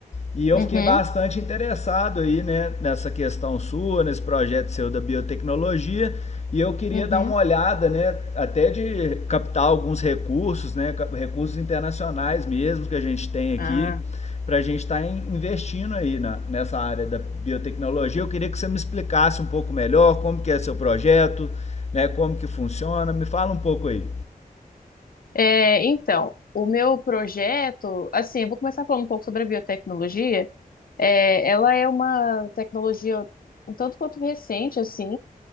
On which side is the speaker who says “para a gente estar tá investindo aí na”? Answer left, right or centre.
Left